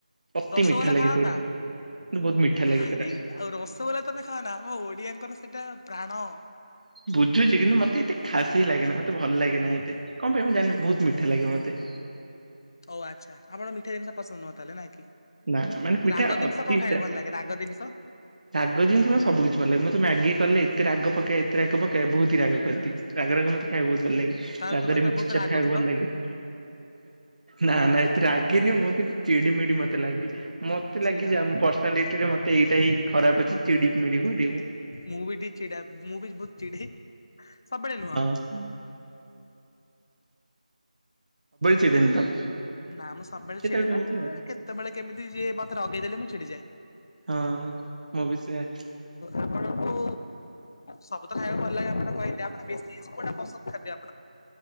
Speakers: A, on the right; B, on the left.
A: ଅତି
B: ରସଗୋଲା
A: ମିଠା ଲାଗେ
B: ଖାଅ
A: ସେଗୁଡ଼ାକ
B: ନା
A: କିନ୍ତୁ ବହୁତ ମିଠା ଲାଗେ
B: ଆରେ
A: ସେଟା।
B: ଆଉ ରସଗୋଲା ତମେ ଖାଅନା ମୋ ଓଡ଼ିଆଙ୍କର ସେଟା ପ୍ରାଣ।
A: ବୁଝୁଚି କିନ୍ତୁ ମତେ ଏତେ ଖାସ ହିଁ ଲାଗେନାମତେ ଭଲ ଲାଗେନା ଏତେ। କଁ ପାଇଁ ମୁଁ ଜାଣିନି ବହୁତ ମିଠା ଲାଗେ ମତେ।
B: ହଉ ଆଚ୍ଛା ଆପଣ ମିଠା ଜିନିଷ ପସନ୍ଦ ନୁହଁ ତାହେଲେ ନାଁ କି
A: ନା ମାନେ ପିଠା
B: ରାଗ ଦିନିଷ
A: ଅତିଟା
B: କଣ ଖାଇବା ଭଲ ଲାଗେ ରାଗ ଦିନିଷ?
A: ରାଗ ଜିନିଷ ମତେ ସବୁ କିଛି ଭଲ ଲାଗେ ମୁଁ ମ୍ୟାଗି କଲେ ଏତେ ରାଗ ପକାଏ ଏତେ ରାଗ ପକାଏ ବହୁତ ରାଗ କରିଦିଏ। ରାଗ ରାଗ ମତେ ଖାଇବାକୁ ବହୁତ ଭଲ ଲାଗେ
B: ତାହେଲେ
A: ରାଗରେ
B: ତୁମେ ତ
A: ମିକ୍ସଚର
B: ବହୁତ ରାଗୁଥିବ
A: ଖାଇବାକୁ ଭଲ ଲାଗେ। ନା ନା ଏତେ ରାଗିନି ମୁଁ କିନ୍ତୁ ଚିଡ଼ି ମିଦି ମତେ ଲାଗେ। ମତେ
B: ଚିଡ
A: ଲାଗିଯା ମୋ ପର୍ସନାଲିଟିରେ ମତେ ଏଇଟା ହିଁ ଖରାପ ଅଛି ଚିଡି ମିଡି ଫିଡି ମୁଁ।
B: ମୁଁ ବି ଟିକେ ଚିଡ଼ା ମୁଁ ଭିି ବହୁତ ଚିଢ଼େ। ସବୁବେଳେ ନୁହଁ।
A: <inaudible> କିଡିନ୍ ତମେ।
B: ନା ମୁଁ ସବୁବେଳେ
A: କେତେବେଳେ
B: ଛିଡ଼େନା
A: କେମିତି ଆଉ
B: କେତେବେଳେ କେମିତି ଯିଏ ମତେ ରଗେଇଦେଲେ ମୁଁ ଚିଡ଼ି ଯାଏ।
A: ହଁ ମୁଁ ବି ସେୟା।
B: ଆପଣଙ୍କୁ ସବୁ ତ ଖାଇବାକୁ ଭଲ ଲାଗେ ଆପଣ କହିଲେ ଆପଣ ବେଶୀଇସ୍ କଉଟା ପସନ୍ଦ ଖାଦ୍ୟ ଆପ୍